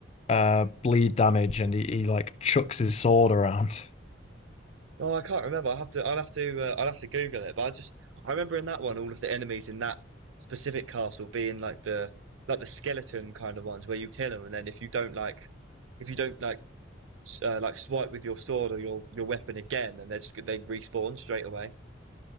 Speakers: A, on the left; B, on the right.
A: uh bleed damage and he, he like chucks his sword around. <laughs>
B: Oh, I can't remember. I'll have to I'll have to uh, I'll have to Google it. But I just I remember in that one all of the enemies in that specific castle being like the like the skeleton kind of ones where you kill them and then if you don't like if you don't like uh, like swipe with your sword or your your weapon again, then they just they respawn straight away.